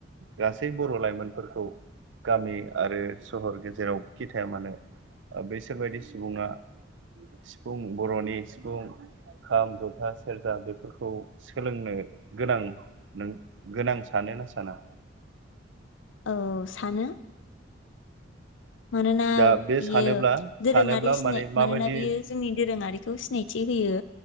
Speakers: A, on the right; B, on the left.
A: गासै बर' लाइमोनफोरखौ गामि आरो सहर गेजेरावखि थाया मानो बेैसोरबायदि सुबुङा सिफुं बर'नि सिफुं खाम जथा सेरजा बेफोरखौ सोलोंनो गोनां नों गोनां सानोना साना
B: औ सानो मानोना
A: दा बे
B: बियो
A: सानोब्ला
B: दोरोङारि
A: सानोब्ला
B: सिनाय
A: माने माबायदि
B: मानोना बियो जोंनि दोरोङारिखौ सिनाय थि होयो